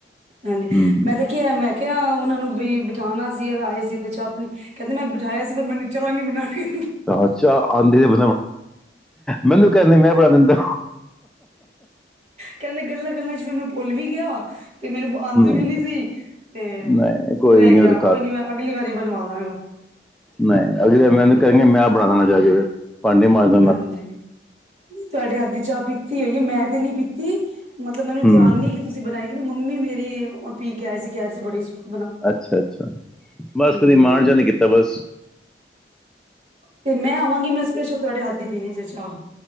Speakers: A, on the right (about 35°); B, in the centre.
A: ਹਾਂਜੀ
B: ਹੂੰ
A: ਮੈਂ ਤੇ ਕਿਆ ਮੈਂ ਕਿਆ ਉਨ੍ਹਾਂ ਨੂੰ ਵੀ ਬਿਠਾਣਾ ਸੀ ਅ ਆਏ ਸੀ ਤੇ ਚਾਹ-ਪਣੀ ਕਹਿੰਦੇ ਨੈ ਬਿਠਾਇਆ ਸੀ। ਪਰ ਮੈਨੂੰ--! ਕਿਉਂ ਨਹੀਂ ਬਣਾਣੇ
B: ਅ ਚਾਹ ਆਂਦੀ <inaudible> ਮੈਨੂੰ ਕਹਿੰਦੀ ਮੈਂ ਬਣਾ ਦਿੰਦਾ
A: ਕਹਿੰਦੇ ਗੱਲਾਂ- ਗੱਲਾਂ'ਚ ਫਿਰ ਮੈਂ ਭੁਲ ਵੀ ਗਿਆ। ਤੇ ਮੈਨੂੰ ਆਂਦੀ
B: ਨਹੀਂ
A: ਵੀ ਨੀ ਸੀ ਤੇ
B: ਨਹੀਂ ਕੋਈ
A: ਰਹਿ
B: ਨਹੀਂ
A: ਗਿਆ
B: ਉਹਦੇ
A: ਕੋਈ ਨੀ ਮੈਂ ਅਗਲੀ ਵਾਰੀ ਬਣਵਾ ਦਾਂਗਾ।
B: ਨਈ, ਅਗਲੀ
A: ਹਮ
B: ਮਿਹਨਤ ਕਰੇਂਗੇ ਮੈਂ ਬਣਾਂਦਾਗਾ ਜਾਕੇ ਫਿਰ। ਪਾਂਡੇ ਮਾਝਣ
A: ਹਾਂਜੀ, ਤੁਹਾਡੇ ਹੱਥ ਦੀ ਚਾਹ ਪੀਤੀ ਹੋਈ ਹੈ। ਮੈਂ ਤੇ ਨੀ ਪੀਤੀ ਮਤਲਬ ਮੈਨੂੰ
B: ਹੂੰ
A: ਧਿਆਨ ਨ ਨਹੀਂ ਕਿ ਤੁਸੀਂ ਬਣਾਏ ਕਿ ਮੰਮੀ ਮੇਰੀ ਉਹ ਪੀ ਕੇ ਆਏ ਸੀ ਕਹਿ ਰਹੇ ਸੀ ਬੜੀ ਸੁਆਦ
B: ਅੱਛਾ-ਅੱਛਾ ਬਸ
A: ਹਮ
B: ਕਦੀ ਮਾਣ ਜਿਹਾ ਨੀ ਕੀਤਾ ਬਸ
A: ਤੇ ਮੈਂ ਆਵਾਂਗੀ ਮੈਂ ਸਪੇਸ਼ਲ ਤੁਹਾਡੇ ਹੱਥ ਦੀ ਪੀਣੀ ਜੇ ਚਾਹ